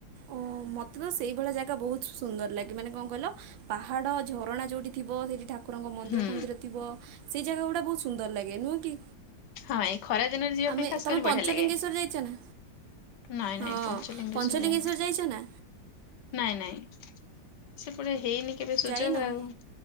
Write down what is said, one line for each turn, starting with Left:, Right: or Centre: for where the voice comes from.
Right: ଓ ମୋତେ ତ ସେଇ ଭଳିଆ ଜାଗା ବୋହୁତ ସୁନ୍ଦର ଲାଗେ ମାନେ କଁ କହିଲ ପାହାଡ଼ ଝରଣା ଯୋଉଠି ଥିବ ସେଇଠି ଠାକୁରଙ୍କ ମନ୍ଦିର
Left: ହୁଁ
Right: ଫନ୍ଦିର ଥିବ। ସେଇ ଜାଗା ଉଡା ବୋହୁତ ସୁନ୍ଦର ଲାଗେ, ନୁହଁ କି?
Left: ହଁ ଏଇ ଖରା ଦିନରେ ଯିବା
Right: ଆମେ
Left: ପାଇଁ ଖାସ
Right: ତମେ
Left: କରି ବଢ଼ିଆ
Right: ପଞ୍ଚଲିଙ୍ଗେଶ୍ୱର
Left: ଲାଗେ।
Right: ଯାଇଛ ନା
Left: ନାଇଁ
Right: ହଁ
Left: ନାଇଁ ପଞ୍ଚଲିିଙ୍ଗେଶ୍ବର
Right: ପଞ୍ଚଲିଙ୍ଗେଶ୍ୱର
Left: ଯାଇନ।
Right: ଯାଇଛ ନା
Left: ନାଇଁ ନାଇଁ ସେପଟେ ହେଇନି କେବେ ସୁଯୋଗ
Right: ଯାଇନ
Left: ଆଉ